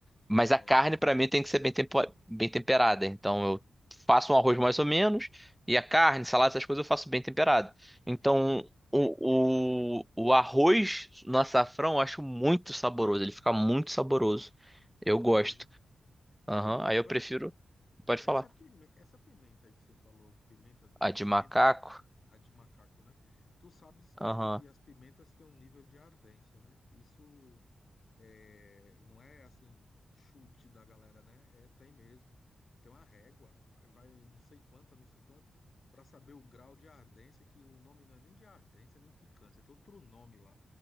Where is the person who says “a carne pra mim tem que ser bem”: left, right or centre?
Centre